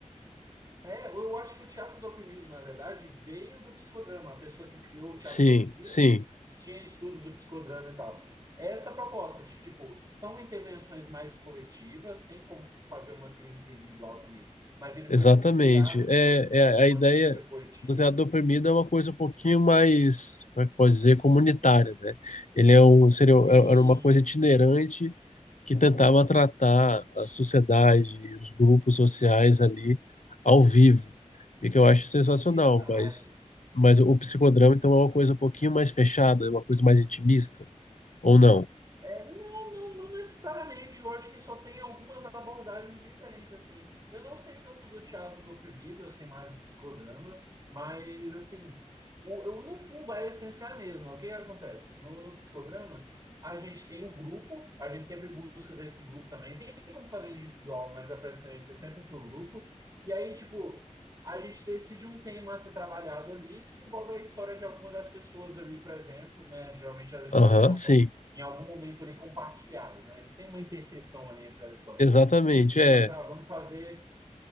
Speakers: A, on the right; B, on the left.
A: É, eu acho que o teatro do oprimido, na verdade, veio do psicodrama. A pessoa que criou o teatro
B: Sim,
A: do oprimido
B: sim.
A: tinha estudos do psicodrama e tal. Essa proposta de, tipo, são intervenções mais coletivas, tem como fazer uma clínica individual também, mas ele
B: Exatamente.
A: foi criado, desenvolvido
B: É, é
A: para ser
B: a
A: uma
B: ideia
A: clínica coletiva.
B: do teatro do oprimido é uma coisa um pouquinho mais, como é que pode dizer, comunitária, né? Ele é um, seria, é,
A: Sim,
B: era uma coisa itinerante que tentava tratar a sociedade, os grupos sociais ali ao vivo, e que eu acho sensacional,
A: exato.
B: mas, mas o psicodrama então é uma coisa um pouquinho mais fechada, é uma coisa mais intimista, ou não?
A: É, não, não, não necessariamente. Eu acho que só tem algumas abordagens diferentes, assim. Eu não sei tanto do teatro do oprimido, eu sei mais do psicodrama, mas, assim, o, eu, no fundo a essência é a mesma. O que que acontece? No, no psicodrama, a gente tem o grupo, a gente sempre busca desse grupo também. Tem como fazer individual, mas a preferência é sempre para o grupo. E aí, tipo, a gente decide um tema a ser trabalhado ali que envolve a história de alguma das pessoas ali, por exemplo, né? Geralmente as
B: Aham,
A: histórias são
B: sim,
A: em algum momento ali compartilhadas, né? Eles têm uma interseção ali entre as histórias.
B: exatamente,
A: Tipo, digamos,
B: é.
A: ah, vamos fazer,